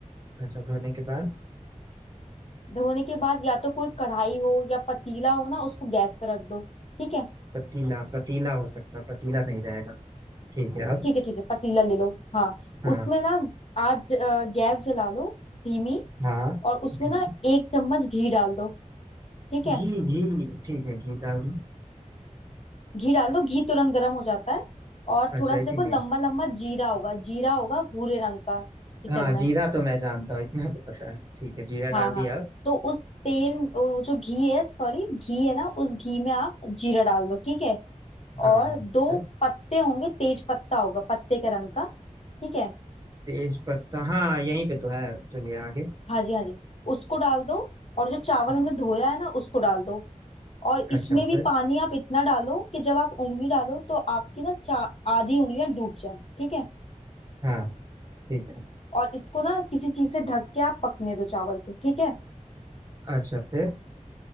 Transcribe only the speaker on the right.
अच्छा धोने के बाद
पतीला पतीला हो सकता है पतीला सही रहेगा ठीक है अब
हाँ
हाँ
घी
घी घी, ठीक है घी डाल दी
अच्छा
इसीलिए
हाँ
जीरा तो मैं जानता हूँ इतना तो पता है ठीक है जीरा
डाल दिया
अब
हाँ
हाँ
फिर
तेज पत्ता हाँ यहीं पे तो है चलिए आगे
हम्म,
अच्छा
फिर
हाँ ठीक है
अच्छा फिर